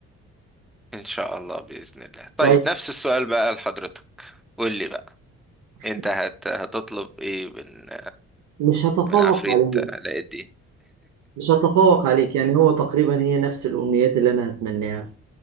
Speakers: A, in the centre; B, on the right.
A: ان شاء الله بإذن الله طيب
B: طيب
A: نفس السؤال بقى لحضرتك قول لي بقى
B: أصل
A: انت هت... هتطلب ايه من
B: مش هتفوق
A: من عفريت
B: عليك
A: علاء الدين
B: مش هتفوق عليك يعني هو تقريبا هي نفس الأمنيات اللي أنا هتمناها